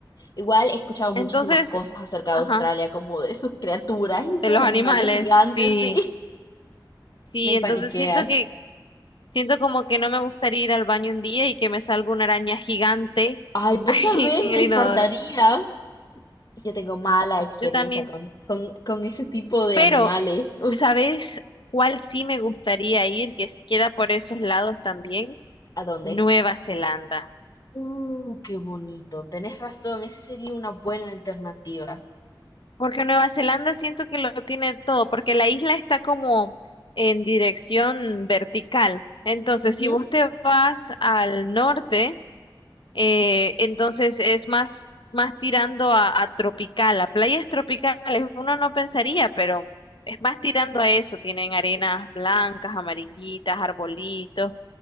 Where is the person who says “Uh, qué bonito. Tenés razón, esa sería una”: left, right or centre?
Left